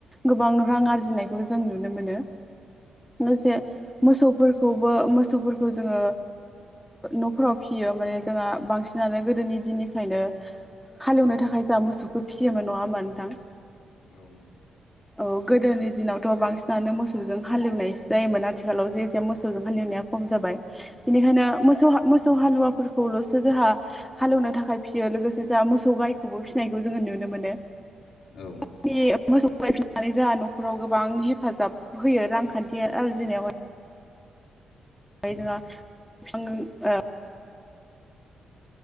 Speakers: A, in the centre; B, on the left.
A: गोबां रां आरजिनायखौ जों नुनो मोनो। लोगोसे मोसौफोरखौबो मोसौफोरखौ जोङो नफोराव फियो। मानै जोंहा बांसिन। फिसिनानै गोदोनि दिननिफ्रायनो हालेवनो थाखाय जा मोसौखौ फिसियोमोन नंङा होमबा नोंथां।
B: गावनो।
A: औ गोदोनि दिनावथ बांसिनानो मोसौजों हालेवनायो जायोमोन आथिखालाव जे जाया मोसौजों हालेवनाया खम जाबाय बेनिखायनो मोसौ मोसौ हालुवाफोरखौलसो जोंहा हालौवनो थाखाय फिसियो लोगोसे जोहा मोसौ गायखौबो फिसिनायखौ जोंङो नुनो मोनो।
B: औ
A: जोंनि मोसौ गाय फिनानै जोंहा नखराव गोबां हेफाजाब होयो रांखान्थि आरजिनायावहाय। ओमफ्राय
B: औ
A: जोंहा